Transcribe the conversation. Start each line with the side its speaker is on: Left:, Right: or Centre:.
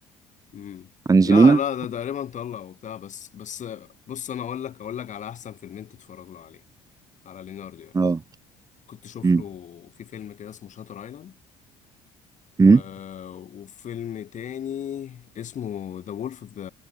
Left: امم
Right: انجلينا
Left: لا لا ده تقريبا طلع وبتاع بس بس بص انا اقول لك اقول لك على احسن فيلمين تتفرج له عليه على ليوناردو يعني
Right: اه
Left: كنت شوف
Right: أمم.
Left: له في فيلم كده اسمه شاتر ايلاند و...
Right: أمم.
Left: وفيلم تاني اسمه ذا وولف اوف ذا